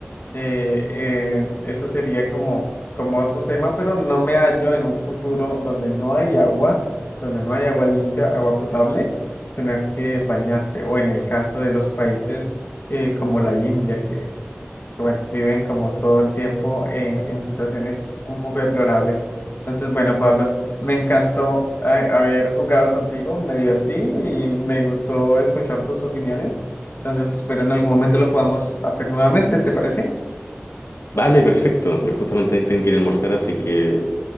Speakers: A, on the left; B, on the left.
A: Eh, eh, eso sería como, como otro tema, pero no me hallo en un futuro donde no hay agua, donde no hay agua limpia, agua potable, tener que bañarte. O en el caso de los países eh, como la India, que que, bueno, viven como todo el tiempo eh, en situaciones un poco deplorables. Entonces, bueno, Pablo, me encantó eh, haber jugado contigo, me divertí y me gustó escuchar tus opiniones. Entonces, espero en algún momento lo podamos hacer nuevamente, ¿te parece?
B: Vale, perfecto. Yo justamente tengo que ir a almorzar, así que